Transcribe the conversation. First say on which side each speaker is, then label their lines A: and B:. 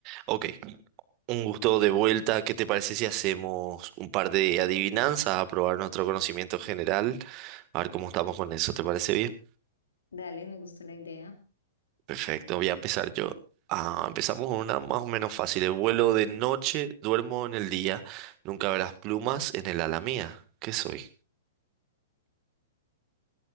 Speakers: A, on the right; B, on the left.
A: Ok, un gusto de vuelta. ¿Qué te parece si hacemos un par de adivinanzas a probar nuestro conocimiento general? A ver cómo estamos con eso, ¿te parece bien?
B: Dale, me gusta la idea.
A: Perfecto, voy a empezar yo. Ah, empezamos con una más o menos fácil. El vuelo de noche, duermo en el día, nunca verás plumas en el ala mía. ¿Qué soy?